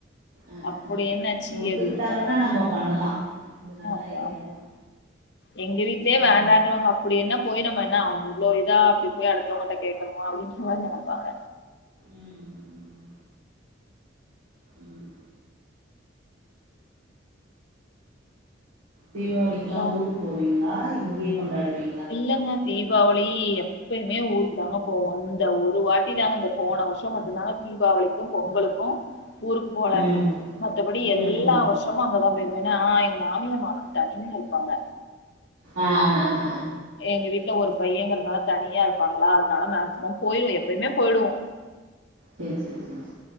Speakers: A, on the right; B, on the left.
A: அ
B: அப்புடி
A: அ அ
B: என்னச்சி
A: அப்படி ஒத்துக்கிட்டாங்கன்னா
B: அப்டின்ருவாங்க
A: நம்ம பண்ணலா இது நல்ல
B: அதா
A: ஐடியாதா
B: எங்க வீட்லே
A: ம்
B: வேண்டான்டுவாங்க அப் அப்டி என்ன போய் நம்ம என்ன அவ்ளோ இதா அப்டி போய் அடுத்தவுங்கட்ட கேக்கணுமா அப்டின்ற மாரி நெனப்பாங்க
A: ம் ம் ம் ம் ம் தீபாவளிக்லா
B: அப்றோ
A: ஊருக் போவீங்ளா இங்கே கொண்டாடுவீங்
B: இல்லங்க தீபாவளி எப் எப்பயுமே ஊருக்கு தாங்க போவோ இந்த ஒரு வாட்டி தாங்க இந்த போன வருஷம் மட்டுந்தாங்க தீபாவளிக்கும் பொங்கலுக்கு ஊருக்கு போல
A: ம்
B: மத்தபடி
A: ம்
B: எல்லா
A: ம் ம்
B: வருஷ் ஷமா அங்கதா போயிருவோ எனா எங்க மாமியார் மாமனா தனியா இருப்பாங்க
A: ஆ ஆ ஆ ஆ
B: எங்க வீட்ல ஒரு பையங்கிறதுனால தனியா இருப்பாங்களா அதனால மேக்சிமம் போயிருவே எப்பயுமே போயிடுவோ
A: சேர் சேர் சே சே